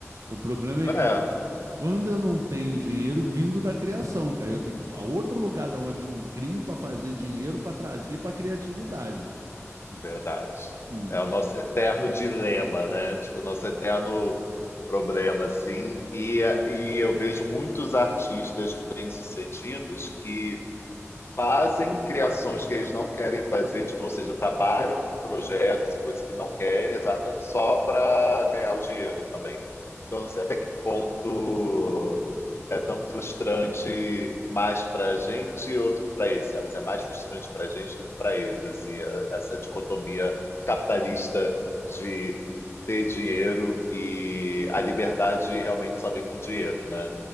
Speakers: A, on the right; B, on the left.
A: O problema é
B: É,
A: que quando eu não tenho dinheiro vindo da criação, cara, eu tenho que ir para outro lugar da onde eu não crio para fazer dinheiro para trazer para a criatividade.
B: verdade.
A: Entendeu?
B: É o nosso eterno dilema, né? Tipo, o nosso eterno problema, assim. E, e eu vejo muitos artistas bem-sucedidos que fazem criações que eles não querem fazer, tipo, ou seja, trabalham em projetos, coisas que não querem, exata, só para ganhar o dinheiro também. Então, não sei até que ponto é tão frustrante mais para a gente ou do que para eles, sabe? Se é mais frustrante para a gente do que para eles, assim, a- essa dicotomia capitalista de ter dinheiro e a liberdade realmente só vem com dinheiro, né?